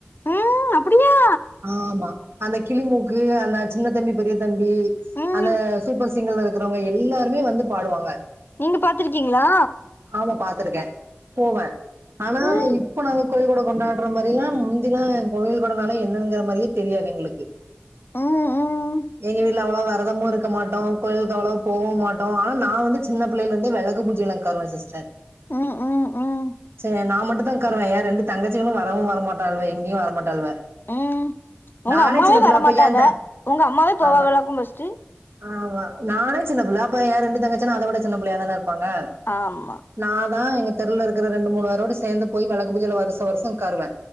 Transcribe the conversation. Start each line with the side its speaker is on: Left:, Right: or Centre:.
Left: ம் அப்டியா
Right: ஆமா அந்த கிளிமூக்கு அந்த சின்ன தம்பி பெரிய தம்பி
Left: ம்
Right: அந்த சூப்பர் சிங்கர்ல இருக்கறவங்க எல்லாருமே வந்து பாடுவாங்க
Left: நீங்க பாத்துருக்கீங்களா
Right: ஆள பாத்துருக்கே போவே ஆனா
Left: ம்
Right: இப்ப நாங்க கோயில் கொட கொண்டாடுற மாரியு முந்திலா கோயில் கூடனாலே என்னங்குற மாரியே தெரியாது எங்களுக்கு
Left: ம் ம்
Right: எங்க வீட்ல அவ்ளோவா வெரதமு இருக் இருக்க மாட்டா கோயிலுக்கு அவ்ளவா போவு மாட்டா ஆனா நா வந்து சின்ன பிள்ளைல இருந்தே விளக்கு பூஜைல உக்காருவ சிஸ்டர்
Left: ம் ம் ம்
Right: ச நா மட்டுதா உக்காருவே எ ரெண்டு தங்கச்சிங்களு வரவு வரமாட்டாள்வ எங்கயு வரமாட்டாள்வ
Left: ம் உங்க
Right: நானே
Left: அம்மாவே
Right: சின்ன ஃபுல்லா
Left: வரமாட்டாவ
Right: அப்ப ஏ த
Left: உங்க அம்மாவே போவாவளாக்கு
Right: ஆமா
Left: ஃபஸ்ட்டு
Right: ஆமா நானே சின்ன புள்ள அப்ப ஏ ரெண்டு தங்கச்சிங்களு அத விட சின்ன பிள்ளையாதான இருப்பாங்க
Left: ஆமா
Right: நா தா எங்க தெருவுல இருக்குற ரெண்டு மூணு வேரோட சேந்து போய் வெளக்கு பூஜைல வருஷ வருஷ உக்காருவ